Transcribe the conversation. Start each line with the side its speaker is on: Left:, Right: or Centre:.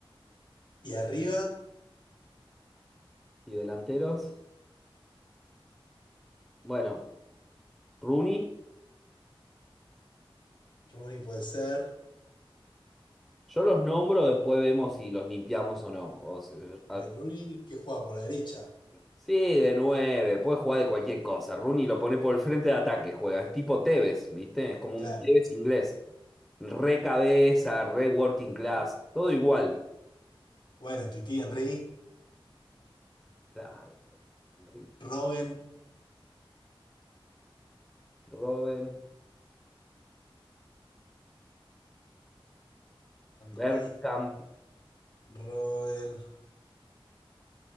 Left: Y arriba,
Centre: y delanteros. Bueno, Rooney.
Left: Rooney puede ser.
Centre: Yo los nombro, después vemos si los limpiamos o no. O si- a-
Left: eh, Rooney que juega por la derecha.
Centre: Sí, de nueve, puede jugar de cualquier cosa. Rooney lo pone por el frente de ataque, juega. Es tipo Tevez, ¿viste? Es como un
Left: Claro.
Centre: Tevez inglés. Re cabeza, re working class, todo igual.
Left: Bueno, Titi Henry,
Centre: Claro, boludo. Henry,
Left: Robben,
Centre: Robben,
Left: Henry,
Centre: Bergkamp,
Left: Robben,